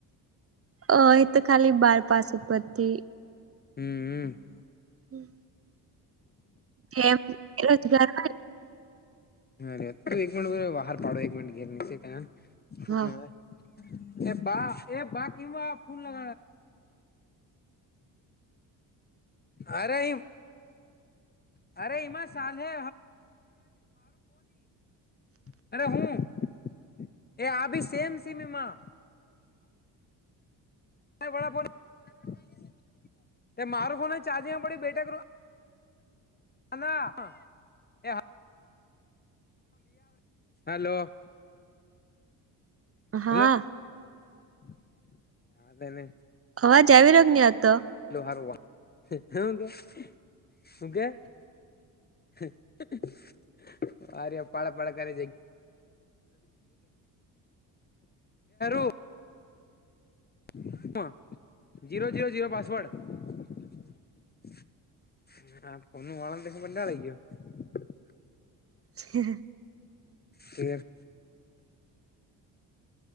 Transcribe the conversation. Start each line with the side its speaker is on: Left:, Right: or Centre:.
Right: અ એ તો ખાલી બાર પાસ ઉપરથી
Left: હમ હમ
Right: હં એમ બેરોજગાર હોય
Left: અરે એક મિનિટ બહાર પાડો એક મિનટ <unintelligible>
Right: હા
Left: એ બા એ બા <unintelligible> ફૂલ <unintelligible> આરે ઈમ અરે ઈમાં સાાલ હે <unintelligible> <unintelligible> એ આ ભી સેમ સિનેમા માં <unintelligible> મારો ફોન ચાર્જિંગ પડી બેઠા કરો <unintelligible> એ હલો
Right: હા
Left: હલો <unintelligible>
Right: અવાજ આવી રહ્યો છે કે નથી આવતો
Left: <unintelligible> <unintelligible> અરે પાળ પાળ કરે <unintelligible> <unintelligible> <unintelligible> ઝીરો ઝીરો ઝીરો પાસવર્ડ <unintelligible>
Right: <unintelligible>
Left: કે